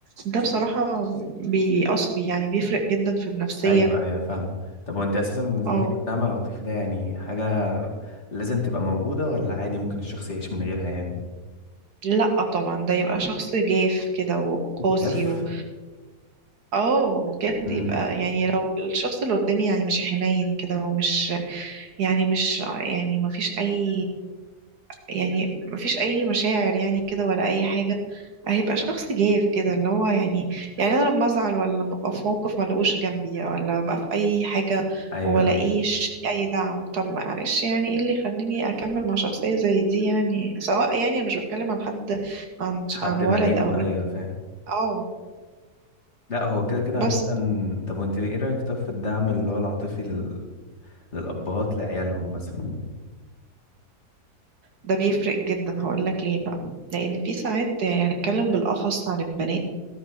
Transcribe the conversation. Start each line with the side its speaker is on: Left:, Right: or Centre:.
Right: ده بصراحه بيأص يعني بيفرق جدا في النفسيه
Left: ايوه ايوه فاهم طب وانت اساسا بالنسبه
Right: اه
Left: لك الدعم العاطفي ده يعني حاجه لازم تبقى موجوده ولا عادي ممكن الشخص يعيش من غيرها يعني
Right: لا طبعا ده يبقى شخص جاف كده وقاسي
Left: جف
Right: و... اه بجد
Left: امم
Right: يبقى يعني لو الشخص اللي قدامي يعني مش حنين كده ومش يعني مش يعني ما فيش اي يعني مفيش اي مشاعر يعني كده ولا اي حاجه هيبقى شخص جاف كده اللي هو يعني يعني انا لما ازعل ولا لما ابقى في موقف ملقوش جنبي ولا ابقى في اي حاجه
Left: ايوه
Right: ولاقيش
Left: ايوه
Right: اي دعم طب معلش يعني ايه اللي يخليني اكمل مع شخصيه زي دي يعني سواء يعني انا مش بتكلم عن حد عن
Left: حد
Right: عن ولد
Left: بعينه
Right: او بنت
Left: ايوه
Right: يعني.
Left: فاهم
Right: اه
Left: لا هو كده كده عامة
Right: بس
Left: طب وانت ايه رأيك طب في الدعم اللي هو العاطفي لل... للأبهات لعيالهم مثلا
Right: ده بيفرق جدا هقول لك ليه بقى لان في ساعات يعني هنتكلم بالاخص عن البنات